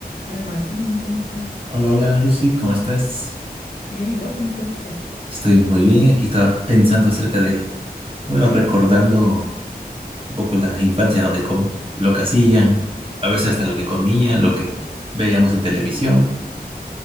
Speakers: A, on the left; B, on the right.
A: Hola Martín, ¿cómo estás?
B: Hola, hola Lucy, ¿cómo estás?
A: Bien, ¿y vos cómo estuviste?
B: Estoy muy bien. Aquí estaba pensando acerca de, bueno, recordando un poco la infancia, ¿no? De cómo lo que hacían, a veces hasta lo que comían, lo que veíamos en televisión.